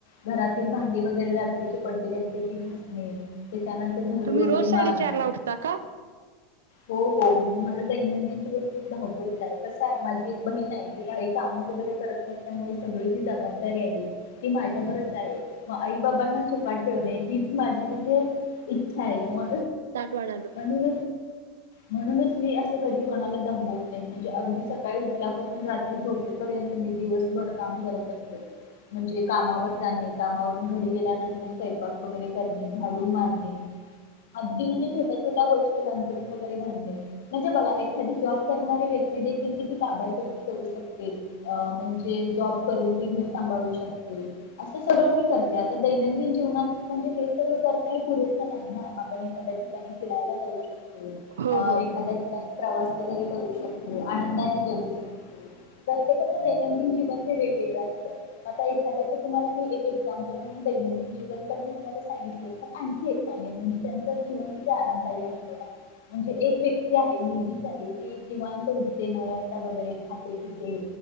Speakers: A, on the left; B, on the right.
A: घरातील भांडी वगैरे रात्रीची पडलेली असते, ती घासणे. त्याच्यानंतर झाडू
B: तुम्ही
A: वगैरे
B: रोज
A: मारण
B: साडेचार ला, उठता का?
A: हो हो, म्हणजे माझ दैनंदिन जीवन खूप धावपळीच आहे, कसं आहे माझी एक बहीण आहे, जी काही काम वगैरे करत नसल्यामुळे, सगळी जी जबाबदारी आहे ती माझ्यावरच आहे, मं आई बाबांना सुखात ठेवणे, हीच माझी म्हणजे इच्छा आहे ना, म
B: ताटवाडालो.
A: म्हणून म्हणूनच मी असं कधी कोणाला दमवत नाही, म्हणजे अगदी सकाळी उठल्यापासून, रात्री झोपेपर्यंत, मी दिवस भर, काम करत असते. म्हणजे कामावर जाणे, कामावरून घरी गेल्यानंतर सैयंपाक वगैरे करणे, झाडू मारणे.
B: <inaudible>
A: अगदी म्हणजे छोट्या छोट्या गोष्टी. अंथरून वगैरे घालणे. म्हणजे बघा, एखादी जॉब करणारी व्यक्ती देखील, किती काबाड कशी करू शकते. अ म्हणजे जॉब करून ती घर सांभाळू शकते. असं सगळं मी करते. आता दैनंदिन जीवनात म्हणजे हे सगळं करणे पुरेस नाही ना. आपण एखाद्या ठिकाणी फिरायला जाऊ शकतो.
B: हो
A: अ
B: हो
A: एखा्या ठिकाणी प्रवास वगैरे करू शकतो. आनंदाने जगू शकतो. प्रत्येकाचं दैनंदिन जीवन हे वेगवेगळं असतं. आता एखा्याचं तुम्हाला मी एक एक्झाम्पल म्हणून दैनंदिन जीवनकर मी तुम्हाला सांगितले होत. आणखी एक सांगेल. म्हणजे त्यांचं जीवन किती आरामदायी आहे बघा. म्हणजे एक व्यक्ती आहे. मुलगीच आहे. ती निवांत उठते नऊ वाजता. खाते पिते.